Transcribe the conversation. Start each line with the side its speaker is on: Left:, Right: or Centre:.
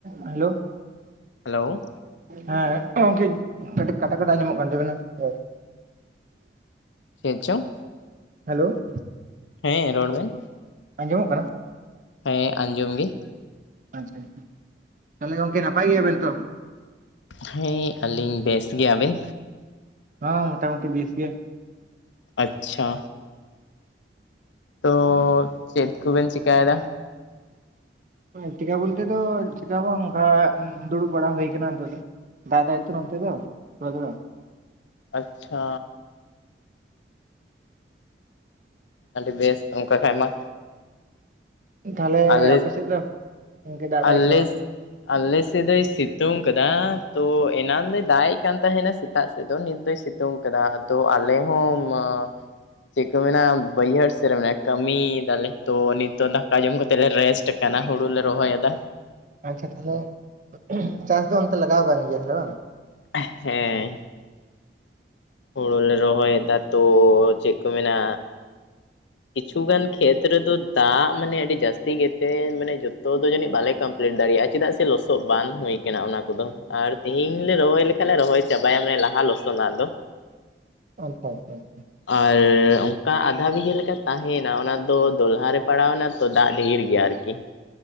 Right: ᱦᱮᱞᱳ᱾
Left: ᱦᱮᱞᱳ᱾
Right: ᱦᱮᱸ ᱜᱚᱝᱠᱮ ᱠᱟᱹᱴᱤᱡ ᱠᱟᱴᱟ ᱠᱟᱴᱟ ᱟᱸᱡᱚᱢᱚᱜ ᱠᱟᱱ ᱛᱟᱵᱮᱱᱟ ᱨᱚᱲ᱾
Left: ᱪᱮᱫᱪᱚᱝ?
Right: ᱦᱮᱞᱳ᱾
Left: ᱦᱮᱸ ᱨᱚᱲ ᱵᱮᱱ᱾
Right: ᱟᱸᱡᱚᱢᱚᱜ ᱠᱟᱱᱟ?
Left: ᱦᱮᱸ ᱟᱸᱡᱚᱢ ᱜᱮ᱾
Right: ᱟᱪᱪᱷᱟ ᱟᱪᱪᱷᱟ, ᱛᱟᱞᱦᱮ ᱜᱚᱝᱠᱮ ᱱᱟᱯᱟᱭ ᱜᱮᱭᱟᱵᱮᱱ ᱛᱚ?
Left: ᱦᱮᱸ ᱟᱹᱞᱤᱧ ᱵᱮᱥ ᱜᱮ, ᱟᱵᱮᱱ?
Right: ᱦᱚᱸ, ᱢᱚᱴᱟᱢᱩᱴᱤ ᱵᱮᱥ ᱜᱮ᱾
Left: ᱟᱪᱪᱷᱟ᱾ ᱛᱚ ᱪᱮᱫ ᱠᱚᱵᱮᱱ ᱪᱮᱠᱟᱭᱫᱟ?
Right: ᱪᱮᱠᱟ ᱵᱚᱞᱛᱮ ᱫᱚ ᱪᱤᱠᱟ ᱦᱚᱸ ᱵᱟᱝ, ᱚᱝᱠᱟ ᱫᱩᱲᱩᱵ ᱵᱟᱲᱟ ᱦᱩᱭ ᱟᱠᱟᱱᱟ ᱱᱤᱛᱚᱜ ᱫᱚ᱾ ᱫᱟᱹᱜ ᱫᱟᱭ ᱛᱚ ᱱᱚᱱᱛᱮ ᱫᱚ, ᱱᱚᱛᱮ ᱫᱚ᱾
Left: ᱟᱪᱪᱷᱟ᱾ ᱟᱹᱰᱤ ᱵᱮᱥ ᱚᱝᱠᱟ ᱠᱷᱟᱡ ᱢᱟ᱾
Right: ᱛᱟᱦᱞᱮ
Left: ᱟᱞᱮ
Right: ᱟᱯᱮᱥᱮᱫ ᱫᱚ ᱜᱚᱝᱠᱮ ᱫᱟᱜ
Left: ᱟᱞᱮ
Right: ᱫᱟᱭ ᱥᱮ ᱵᱟᱝ?
Left: ᱟᱞᱮ ᱥᱮᱫ ᱫᱚᱭ ᱥᱤᱛᱩᱝ ᱠᱟᱫᱟ᱾ ᱛᱚ, ᱮᱱᱟᱱ ᱫᱚᱭ ᱫᱟᱜ ᱮᱜ ᱠᱟᱱ ᱛᱟᱦᱮᱱᱟ ᱥᱮᱛᱟᱜ ᱥᱮᱫ ᱫᱚ ᱱᱤᱛ ᱫᱚᱭ ᱥᱤᱛᱩᱝ ᱛᱩᱝ ᱠᱟᱫᱟ᱾ ᱟᱫᱚ ᱟᱞᱮ ᱦᱚᱸ ᱢᱟ ᱪᱮᱫ ᱠᱚ ᱢᱮᱱᱟ ᱵᱟᱹᱭᱦᱟᱹᱲ ᱥᱮᱫ ᱨᱮ ᱢᱮᱱᱟ, ᱠᱟᱹᱢᱤᱭ ᱫᱟᱞᱮ ᱛᱚ ᱱᱤᱛᱚᱜ ᱫᱟ ᱫᱟᱠᱟ ᱡᱚᱢ ᱠᱟᱛᱮᱫ ᱞᱮ ᱨᱮᱥᱴ ᱟᱠᱟᱱᱟ ᱦᱩᱲᱩᱞᱮ ᱨᱚᱦᱚᱭᱮᱫᱟ᱾
Right: ᱟᱪᱪᱷᱟ ᱛᱟᱞᱦᱮ ᱪᱟᱥ ᱫᱚ ᱚᱱᱛᱮ ᱞᱟᱜᱟᱣ ᱠᱟᱱ ᱜᱮᱭᱟ ᱛᱟᱞᱦᱮ ᱵᱟᱝ?
Left: ᱦᱮᱸ᱾ ᱦᱳᱲᱳ ᱞᱮ ᱨᱚᱦᱚᱭᱫᱟ ᱛᱚ, ᱪᱮᱫ ᱠᱚ ᱢᱮᱱᱟ ᱠᱤᱪᱷᱩ ᱜᱟᱱ ᱠᱷᱮᱛ ᱨᱮᱫᱚ ᱫᱟᱜ ᱢᱟᱱᱮ ᱟᱹᱰᱤ ᱡᱟᱹᱥᱛᱤ ᱜᱮᱛᱮ ᱢᱟᱱᱮ ᱡᱚᱛᱚ ᱫᱚ ᱡᱟᱱᱤᱡ ᱵᱟᱞᱮ ᱠᱟᱢ ᱯᱞᱤᱴ ᱫᱟᱲᱮᱭᱟᱜ-ᱟ ᱪᱮᱫᱟᱜ ᱥᱮ ᱞᱚᱥᱚᱫ ᱵᱟᱝ ᱦᱩᱭ ᱠᱟᱱᱟ ᱚᱱᱟ ᱠᱚᱫᱚ ᱟᱨ ᱛᱤᱦᱤᱧ ᱞᱮ ᱨᱚᱦᱚᱭ ᱞᱮᱠ <unintelligible> ᱨᱚᱦᱚᱭ ᱪᱟᱵᱟᱭ ᱢᱮ ᱞᱟᱦᱟ ᱞᱚᱥᱚᱫ ᱨᱮᱱᱟᱜ ᱫᱚ᱾
Right: ᱟᱪᱪᱷᱟ ᱟᱪᱪᱷᱟ ᱟᱪᱪᱷᱟ᱾
Left: ᱟᱨ ᱚᱝᱠᱟ ᱟᱫᱷᱟ ᱵᱤᱜᱷᱟᱹ ᱞᱮᱠᱟ᱾ ᱛᱟᱦᱩᱭᱱᱟ ᱚᱱᱟ ᱫᱚ ᱫᱚᱞᱦᱟ ᱨᱮ ᱯᱟᱲᱟᱣ ᱮᱱᱟ ᱛᱚ ᱫᱟᱜ ᱰᱷᱮᱨ ᱜᱮᱭᱟ ᱟᱨᱠᱤ᱾